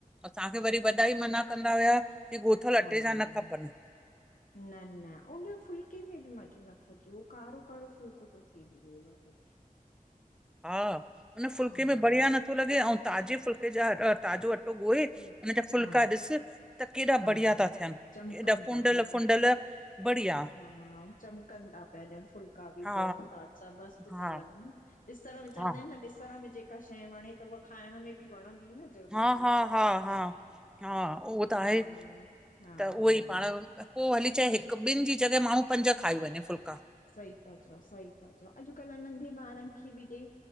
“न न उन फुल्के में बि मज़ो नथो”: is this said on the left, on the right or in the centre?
Left